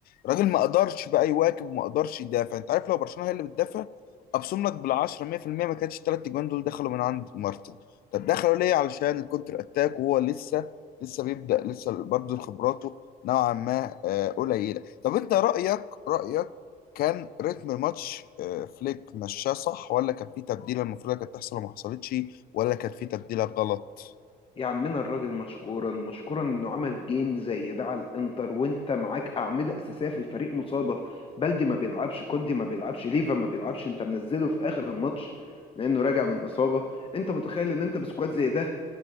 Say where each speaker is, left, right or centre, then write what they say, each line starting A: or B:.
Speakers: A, on the left; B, on the left.
A: راجل ما قدرش بقى يواكب وما قدرش يدافع انت عارف لو برشلونه هي اللي بتدافع ابصم لك بالعشرة 100% ما كانتش الثلاث اجوان دول دخلوا من عند مارتن طب دخلوا ليه علشان الكونتر اتاك وهو لسه لسه بيبدأ لسه برضه خبراته نوعا ما آه، قليله طب انت رأيك رأيك كان رتم الماتش آه، فليك مشاه صح ولا كان في تبديله المفروض كانت تحصل وما حصلتش ولا كان في تبديله غلط
B: يا عمنا الراجل مشكورا مشكورا انه عمل جيم زي ده على الانتر وانت معاك اعمده اساسيه في الفريق مصابه بلدي ما بيلعبش كوندي ما بيلعبش ليفا ما بيلعبش انت منزله في اخر الماتش لانه راجع من اصابه انت متخيل ان انت بسكواد زي ده